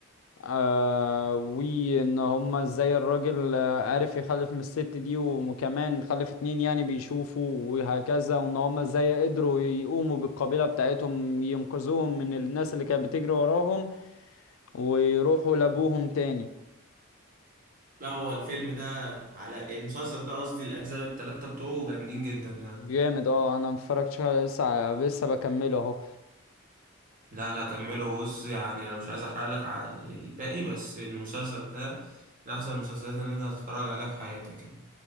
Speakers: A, on the left; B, on the right.
A: آه وان هما ازاي الراجل آه، عرف يخلف من الست دي وكمان خلف اتنين يعني بيشوفوا وهكذا وان هما ازاي قدروا يقوموا بالقبيلة بتاعتهم ينقذوهم من الناس اللي كانت بتجري وراهم ويروحوا لابوهم تاني
B: لا هو الفيلم ده على المسلسل ده قصدي الأجزاء التلاتة بتوعه جامدين جدا يعني
A: جامد اه انا متفرجتش على- لسه ع- لسه بكمله اهو
B: لا لا كمله بص يعني أنا مش عايز أحرق لك ع- يعني الباقي بس المسلسل ده من أحسن المسلسلات اللي أنت هتتفرج عليها في حياتك يعني